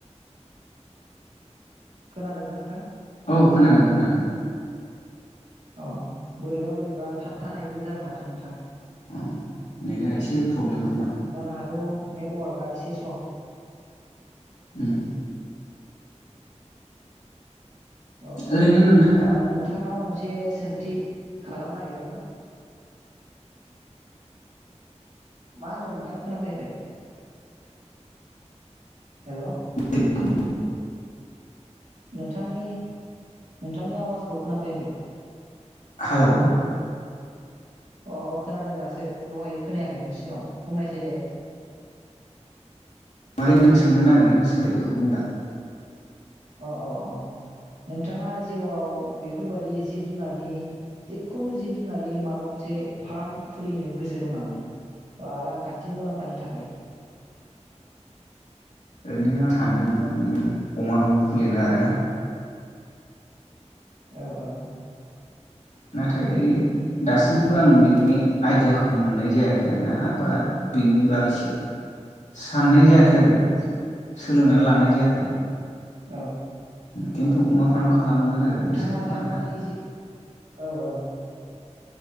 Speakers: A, on the right; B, on the left.
A: खोनादोंना नोंथां।
B: औ खोनादों खोनादों।
A: अ। बोरैबा बोरैबा थाबथानाय। बो जादों माथो नोंथां।
B: अ नेटआ एसे प्रब्लेमखोमा।
A: जानो हागौ नेटवार्कआ एसे स्ल'।
B: <unintelligible>
A: अ
B: ओरैनो नोंथां
A: आं नोंथांनाव मोनसे सोंथि खालामनो नागिरदोंमोन। मा होनदों नोंथां खोनाफैयाखै हेलौ।
B: <unintelligible>
A: नोंथांनि नोंथांनि आवाजखौ खोनाफैयाखै।
B: हेलौ।
A: अ अ खोनादों दासो दहाय खोनायाखैमोन सिगाङाव बुंनायसाय दे।
B: माने नों सोंनो नागिरनायखौ सोंदो बेखौ बुंदों आं।
A: अ अ अ। नोंथाङा जिउआव बे। फोरबादि जिब जुनारनि जिखुनु जिब जुनारनि माबा मोनसे फार्म खुलिनो गोसो दं नामा बा रांखान्थि मुलाम्फानि थाखाय।
B: ओरैनो आं सानदोंमोन अमा फार्म खुलिनो आरोना।
A: औ औ।
B: नाथाय दासिमबो आं बिनि आइडियाखौ मोननाय जायाखै आरोना बिनि बागै साननाय जायाखै आरो सोलोंनानै लानाय जायाखै।
A: औ।
B: खिन्थु
A: औ औ
B: अमा फार्म खालामनो थाखाय
A: नोंथाङा
B: गोसो दं
A: थारमानि
B: आरोना
A: जि औ औ।